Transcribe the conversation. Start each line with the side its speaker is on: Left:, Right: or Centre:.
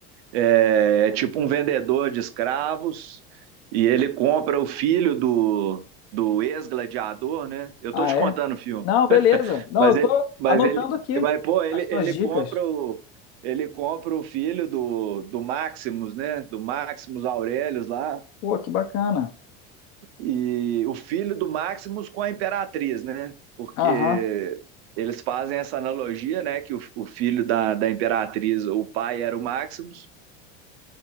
Right: é, é tipo um vendedor de escravos e ele compra o filho do, do ex-gladiador, né? Eu
Left: Ah,
Right: tô te
Left: é?
Right: contando o filme,
Left: Não, beleza. Não,
Right: mas
Left: eu
Right: ele,
Left: tô
Right: mas
Left: anotando
Right: ele,
Left: aqui
Right: mas pô, ele,
Left: as tuas
Right: ele
Left: dicas.
Right: compra o ele compra o filho do, do Maximus, né? Do Maximus Aurelius lá
Left: Pô, que bacana.
Right: e o filho do Maximus com a Imperatriz, né? Porque
Left: Aham.
Right: eles fazem essa analogia, né? Que o, o filho da, da Imperatriz, o pai era o Maximus,